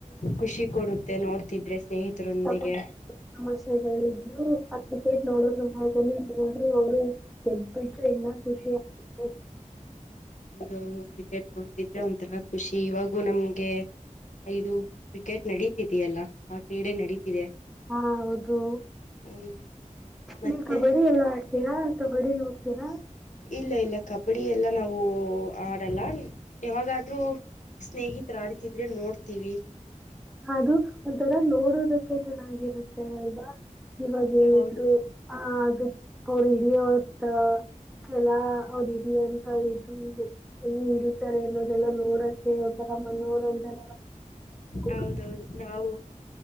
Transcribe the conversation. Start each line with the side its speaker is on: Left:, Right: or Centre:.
Left: ಖುಷಿ ಕೊಡುತ್ತೆ ನೋಡ್ತಿದ್ರೆ. ಸ್ನೇಹಿತರೊಂದಿಗೆ
Centre: ಹಾ ಸಮಸ್ಯೆಗಳಿದ್ರು ಆ ಕ್ರಿಕೆಟ್ ನೋಡೋ ಸಮಯದಲ್ಲಿ ಅವರು <unintelligible>
Left: ಅವರು ಕ್ರಿಕೆಟ್ ನೋಡ್ತಿದ್ರೆ ಒಂಥರ ಖುಷಿ ಇವಾಗೂ ನಮ್ಗೆ ಇದು ಕ್ರಿಕೆಟ್ ನಡೀತಿದೆಯಲ್ಲ ಆ ಕ್ರೀಡೆ ನಡೀತಿದೆ.
Centre: ಹಾ ಹೌದು
Left: ಹೌದು ಮತ್ತೆ
Centre: ನೀನ್ ಕಬಡ್ಡಿ ಎಲ್ಲ ಆಡ್ತೀರಾ ಕಬಡ್ಡಿ ನೋಡ್ತೀರಾ.
Left: ಇಲ್ಲ ಇಲ್ಲ ಕಬಡ್ಡಿ ಎಲ್ಲ ನಾವು ಆಡಲ್ಲ ಯಾವಾಗಾದ್ರೂ ಸ್ನೇಹಿತರ ಆಡ್ತಿದ್ರೆ ನೋಡ್ತೀವಿ.
Centre: ಅದು ಒಂಥರ ನೋಡೋದಕ್ಕೆ ಚೆನ್ನಾಗಿರುತ್ತೆ ಅಲ್ವಾ. ಇವಾಗೇನಿದ್ರು
Left: ಹೌದು
Centre: ಹ ಅದಕ್ಕೆ ಹೊರಿಡಿ ಹೊತ್ತ ಚಲ ಹೊರಿಡಿ ಅಂತ ಇದು ಹೆಂಗೆ ತಾರೆ ಎನ್ನೋದೆಲ್ಲ ನೋಡೆ ಹ <unintelligible>
Left: ಹೌದೌದು ನಾವು